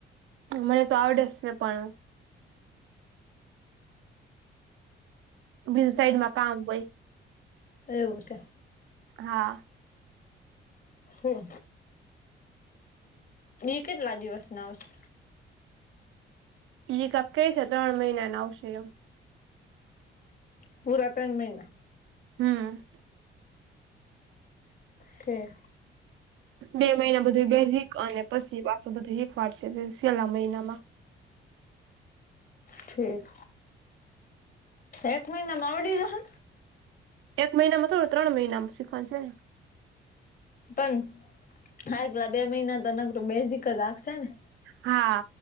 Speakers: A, on the right (about 85°); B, on the left (about 45°).
A: મને તો આવડે જ સે પણ બીજું સાઈડમાં કામ હોય.
B: એવું છે.
A: હા.
B: હમ. એ કેટલા દિવસના આવશે?
A: ઈ કા કઈ છે ત્રણ મહિનાને આવશે એમ.
B: પુરા ત્રણ મહિના?
A: હમ.
B: કેે
A: બે મહિના બધું બેઝિક અને પછી પાછું બધું એક વાર છે છેલ્લા મહિનામાં
B: ઠીક એક મહિનામા આવડી જશે?
A: એક મહિનામાં થોડું ત્રણ મહિના શીખવાનું છે ને.
B: પણ આટલા બે મહિના તો તનતો બેઝીક રાખશે ને
A: હા